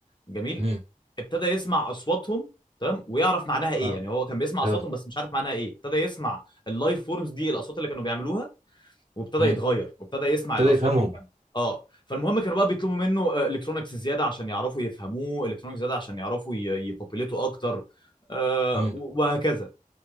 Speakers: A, on the left; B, on the right.
A: جميل
B: مم.
A: ابتدى يسمع اصواتهم تمام ويعرف معناها ايه
B: اه
A: يعني هو كان بيسمع اصواتهم
B: اه
A: بس مش عارف معناها ايه ابتدى يسمع اللايف فورمز دي الاصوات اللي كانوا بيعملوها وابتدى
B: مم.
A: يتغير وابتدى يسمع
B: ابتدى
A: الاصوات
B: يفهمهم
A: دي وفهم اه فالمهم كانوا بقى بيطلبوا منه الكترونكس زياده عشان يعرفوا يفهموه الكترونكس زياده عشان يعرفوا يبوبيليتوا اكتر آه
B: مم.
A: وهكذا